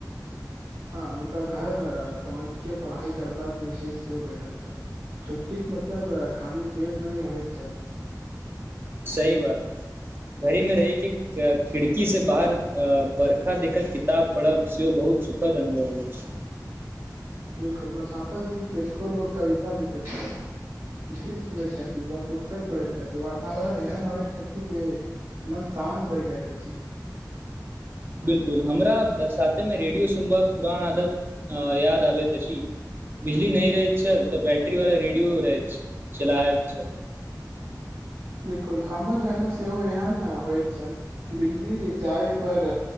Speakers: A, on the right; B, on the right.
A: हँ मुदा घर पहुँचके पढ़ाई करबाक निर्देश सेहो भेटैत छल। छुट्टी के मतलब खाली खेत नहि होइत छल।
B: सही बात। घरहि में रही क खिड़की से बाहर बर्खा देख क किताब पढ़ब सेहो बहुत सुखद अनुभव होइछ।
A: बिलकुल बरसातक दिन कतेको लोक कविता लिखैत छथि। गीत सुनैत छथि व पुस्तक पढ़ैत छथि, वातावरण एहन होइत छथि जे मन शान्त भय जाइत अछि।
B: बिलकुल हमरा बरसातमे रेडियो सुनबाक पुरान आदत याद आबैत अछि। बिजली नहि रहे छल तऽ बैटरी वाला रेडियो रहैत छै, चलाबैत छल।
A: बिलकुल हमर घरमे सेहो एहन होइत छल, बिजली जाय पर